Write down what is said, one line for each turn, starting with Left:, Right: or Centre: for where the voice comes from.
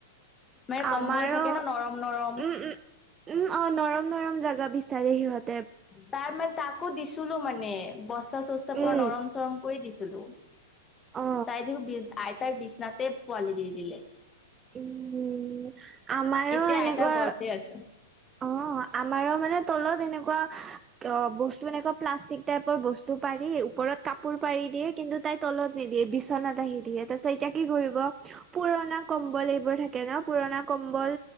Left: মানে কম্বল
Right: আমাৰো
Left: থাকে
Right: উম,
Left: ন নৰম নৰম
Right: উম, উম অ' নৰম নৰম জেগা বিচাৰে সিহঁত।
Left: তাৰ মানে তাকো দিছ ছিলো মানে বস্তা চস্তা পুৰা
Right: উম
Left: নৰম চৰম কৰি দিছিলো।
Right: অ
Left: তাইদক বি আইতাৰ বিচনাতে পোৱালি দি দিলে।
Right: উম আমাৰো
Left: এতিয়া
Right: এনেকুৱা
Left: আইতাৰ ঘৰতে আছে
Right: অ আমাৰো মানে তলত এনেকুৱা অ' বস্তু এনেকুৱা প্লাষ্টিক টাইপৰ বস্তু পাৰি ওপৰত। কাপোৰ পাৰি দিয়ে কিন্তু তাই তলত নিদিয়ে বিচনাত আহি দিয়ে তাৰ পিছত এতিয়া কি কৰিব। পুৰণা কম্বল এইবোৰ থাকে ন পুৰণা কম্বল